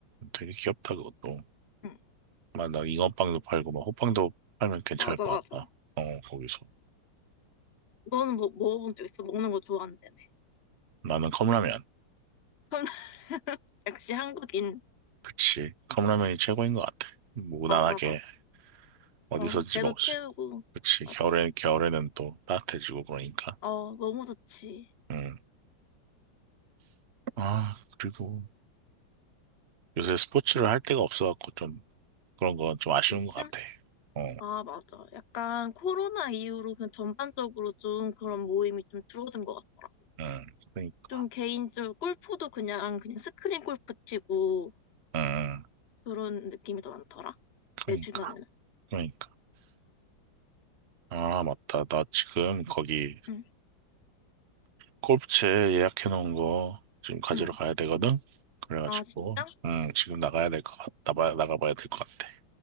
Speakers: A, on the right; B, on the left.
A: 되게 귀엽다, 그것도.
B: 응.
A: 막, 나 잉어빵도 팔고, 막, 호빵도 팔면 괜찮을
B: 맞아,
A: 것
B: 맞아.
A: 같다. 어, 거기서.
B: 너는 뭐 먹어본 적 있어? 먹는 거 좋아한다며.
A: 나는 컵라면.
B: <laughs> 역시 한국인.
A: 그치. 컵라면이 최고인 것 같아. 무난하게.
B: 맞아, 맞아.
A: 어디서든지
B: 그럼 배도
A: 먹을
B: 채우고.
A: 수 있고. 그치.
B: 맞아.
A: 겨울에, 겨울에는 또 따뜻해지고 그러니까.
B: 어, 너무 좋지.
A: 음. 아, 그리고 요새 스포츠를 할 데가 없어갖고 좀 그런 건 좀 아쉬운
B: 요즘?
A: 것 같아. 어,
B: 아, 맞아. 약간 코로나 이후로 그냥 전반적으로 좀 그런 모임이 좀 줄어든 것 같더라.
A: 음, 그러니까.
B: 좀 개인적으로 골프도 그냥, 그냥 스크린 골프 치고
A: 음, 음.
B: 그런 느낌이 더 많더라.
A: 그러니까.
B: 내 주변에는.
A: 그러니까. 아, 맞다. 나 지금 거기
B: 응,
A: 골프채 예약해놓은 거 지금 가지러
B: 응.
A: 가야 되거든? 그래가지고,
B: 아, 진짜?
A: 음, 지금 나가야 될 것 같, 나가, 나가봐야 될 것 같아.